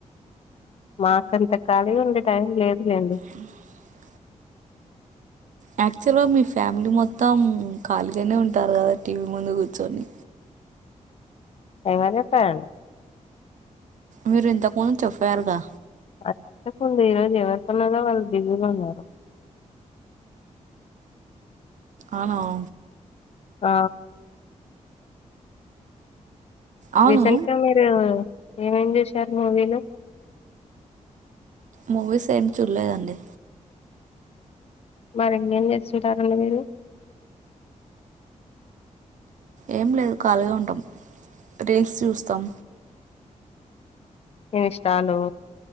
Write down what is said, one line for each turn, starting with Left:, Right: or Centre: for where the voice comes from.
Left: మాకంత ఖాళీ ఉండే టైం లేదులేండి
Right: <unintelligible> యాక్చువల్గా మీ ఫ్యామిలీ మొత్తం ఖాళీగానే ఉంటారు కదా టీవీ ముందు కూర్చొని
Left: ఎవర్ చెప్పారు
Right: మీరు ఇంతకుముందు చెప్పయారుగా
Left: అదే ముందు ఈ రోజు ఎవరి పనులలో వాళ్లు బీసీగ ఉన్నారు
Right: అవు
Left: ఆ
Right: అవును
Left: రీసెంట్ గా మీరు ఏమేం చూసారు మూవీలు
Right: మూవీస్ ఏమి చూడలేదండి
Left: మరి ఇన్నేం చేస్తుంటారండి మీరు
Right: ఏం లేదు ఖాళీగా ఉంటాం రింగ్స్ చూస్తాం
Left: ఇన్స్టాలూ